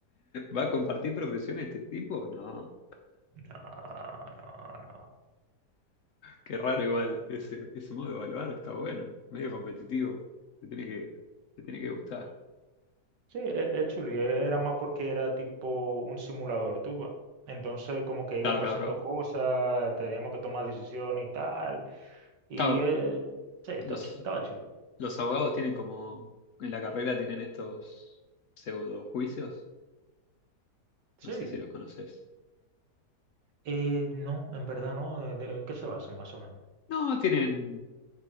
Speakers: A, on the left; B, on the right.
A: ¿Va a compartir profesión este tipo? No.
B: No, no, no.
A: Qué raro igual, ese, ese modo de evaluar está bueno, medio competitivo, te tiene que, te tiene que gustar.
B: Sí, e- es chuli, era más porque era tipo un simulador, tú. va. Entonces, como que iban
A: Claro,
B: pasando
A: claro, claro.
B: cosas, teníamos que tomar decisiones y tal. Y
A: Claro,
B: eh, sí, está
A: los,
B: chu- estaba chulo.
A: los abogados tienen como, en la carrera tienen estos pseudo juicios,
B: Sí.
A: no sé si los conoces.
B: Eh, no, en verdad no. ¿de- de- en qué se basan más o menos?
A: No, tienen,